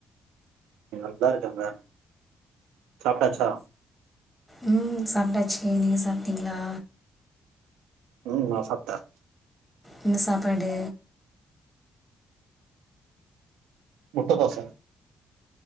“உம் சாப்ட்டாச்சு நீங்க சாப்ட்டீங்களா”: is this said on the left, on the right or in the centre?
Centre